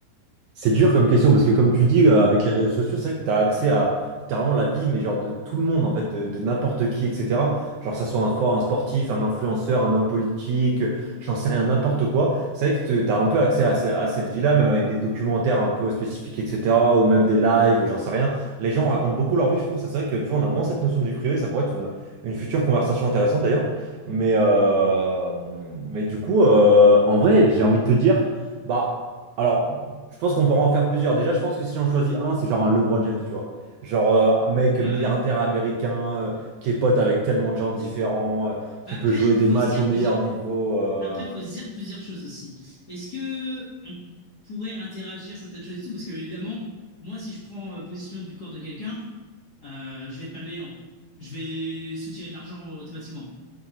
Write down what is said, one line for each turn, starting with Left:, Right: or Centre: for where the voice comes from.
Right: C'est dur comme question parce que comme tu dis, euh, avec les réseaux sociaux, c'est vrai que tu as accès à littéralement la vie, mais genre de tout le monde, en fait, de, de n'importe qui, etc. Genre que ça soit un, fort, un sportif, un influenceur, un homme politique, euh, j'en sais rien, n'importe quoi. C'est vrai que tu as un peu accès à, ce- à cette vie-là, même avec des documentaires un peu spécifiques, etc. Ou même des lives, j'en sais rien. Les gens racontent beaucoup leur vie, je trouve. Ça, C'est vrai que tu vois, on a moins cette notion de vie privée, ça pourrait être une, une future conversation intéressante d'ailleurs. Mais, euh, mais du coup, euh, en vrai, j'ai envie de te dire, bah... Alors, je pense qu'on pourra en faire plusieurs. Déjà, je pense que si j'en choisis un, c'est genre un LeBron James, tu vois. Genre euh, un mec milliardaire
Left: Ah ouais?
Right: américain euh, qui est pote avec tellement de gens différents, euh, qui
Left: Bah Après,
Right: peut jouer
Left: il
Right: des
Left: faut
Right: matchs
Left: se dire
Right: au meilleur
Left: plusieurs.
Right: niveau. euh.
Left: Après, il faut se dire plusieurs choses aussi. Est-ce que on pourrait interagir certaines choses et tout Parce que, évidemment, moi, si je prends euh, position du corps de quelqu'un, euh, je vais être malveillant. Je vais soutirer de l'argent automatiquement.